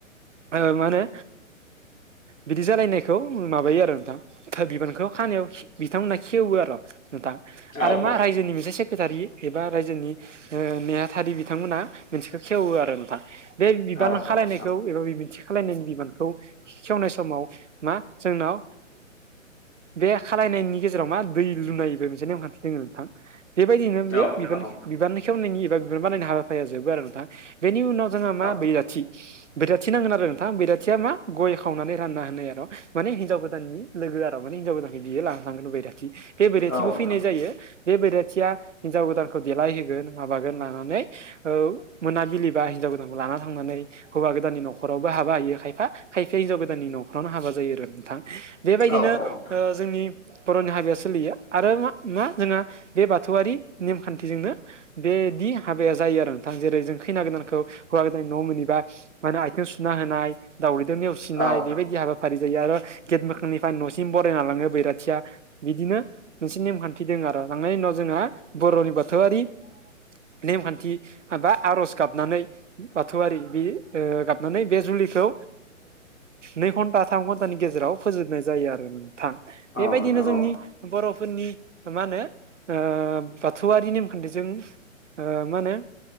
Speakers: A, on the right (about 65°); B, on the left (about 80°).
A: मा होनो बिदि जालायनायखौ माबायो आरो नोंथां बिबानखौ खानायाव बिथांमोनहा खेवो आरो' नोंथां
B: औ
A: आरो मा
B: औ
A: रायजोनि मोनसे से सेखेथारि एबा रायजोनि नेहाथारि बिथांमोना मोनसेखौ खेवो आरो नोंथां बे बिबान
B: औ
A: खालायनायखौ
B: औ नोंथां
A: एबा बिबन्थि खालायनायनि बिबानखौ खेवनाय समाव मा जोंनाव बे खालायनायनि गेजेराव मा दै लुनायबो मोनसे नेमखान्थि दङ नोंथां बेबायदिनो बे
B: औ नोंथां
A: बिबान
B: औ
A: खेवनायनि एबा बिबान बानायनायनि हाबाफारिया जोबो आरो दा बेनि उनाव जोंहा मा
B: औ
A: बैराथि बैराथि नांगोन आरो नोंथां बैराथिया मा गय खावनानै रानना होनाय आरो माने हिनजाव गोदाननि लोगो आरो माने हिनजाव गोदानखौ बियो लानांगोन बैराथि बे बैराथिबो
B: औ नोंथां
A: फैनाय जायो बे बैराथिया हिनजाव गोदानखौ देलायहोगोन माबागोन लानानै ओव मोनाबिलि बा हिनजाव गोदानखौ लाना थांनानै हौवा गोदाननि न'खरावबो हाबा हायो खायफा खायफाया हिनजाव गोदाननि न'खरावनो हाबा जायो आरो नोंथां बेबायदिनो
B: औ औ नोंथां
A: जोंनि बर'नि हाबाया सोलियो आरो मा मा जोंहा बे बाथौआरि नेमखान्थिजोंनो बेदि हाबाया जायो आरो नोंथां जेरै जों खैना गोदानखौ हौवा गोदान न' मोनैबा माने आथिं सुना होनाय दाावरैद नेवसिनाय
B: औ
A: बेबायदि हाबा फारि जायो आरो गेट मोखांनिफ्राय न'सिम बरायना लाङो बैराथिया बिदिनो मोनसे नेमखान्थि दं आरो थांनायनि उनाव जोंहा बर'नि बाथौआरि नेमखान्थि आरज गाबनानै बाथौआरि बे गाबनानै बे जुलिखौ नै घन्टा थाम घन्टानि गेजेराव फोजोबनाय जायो आरो मोनथां
B: औ नोंथां
A: बेबायदिनो जोंनि
B: औ
A: बर'फोरनि मा होनो ओ बाथौआरि नेम खानथिजों मा होनो